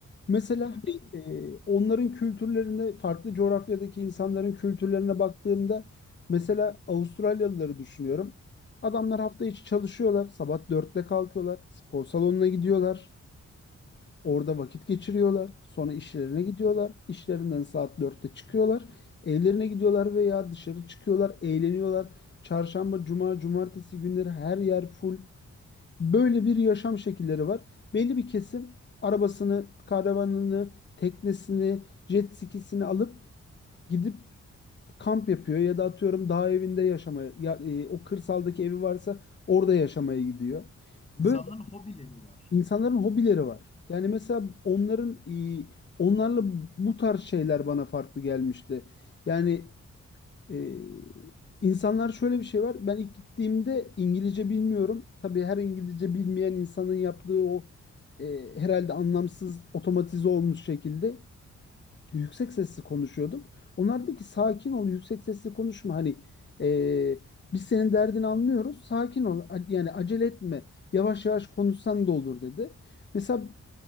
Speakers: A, on the left; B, on the left.
A: Mesela
B: Tabii
A: hani,
B: ki de. Hı
A: e, onların kültürlerinde farklı coğrafyadaki insanların kültürlerine baktığımda mesela Avustralyalıları düşünüyorum. Adamlar hafta içi çalışıyorlar, sabah dörtte kalkıyorlar, spor salonuna gidiyorlar. Orada vakit geçiriyorlar. Sonra işlerine
B: hı.
A: gidiyorlar. İşlerinden saat dörtte çıkıyorlar. Evlerine gidiyorlar veya dışarı çıkıyorlar, eğleniyorlar. Çarşamba, cuma, cumartesi günleri her yer full. Böyle bir yaşam şekilleri var. Belli bir kesim arabasını, karavanını, teknesini, jet skisini alıp gidip kamp yapıyor ya da atıyorum dağ evinde yaşamaya ya, e, o kırsaldaki evi varsa orada yaşamaya gidiyor.
B: İnsanların
A: Böyle
B: hobileri var.
A: İnsanların hobileri var. Yani mesela onların e, onlarla bu tarz şeyler bana farklı gelmişti. Yani e, insanlar şöyle bir şey var. Ben ilk gittiğimde İngilizce bilmiyorum. Tabii her İngilizce bilmeyen insanın yaptığı o e, herhalde anlamsız otomatize olmuş şekilde yüksek sesli konuşuyordum. Onlar dedi ki sakin ol, yüksek sesli konuşma. Hani e, biz senin derdini anlıyoruz. Sakin ol. a- Yani acele etme. Yavaş yavaş konuşsan da olur dedi. Mesela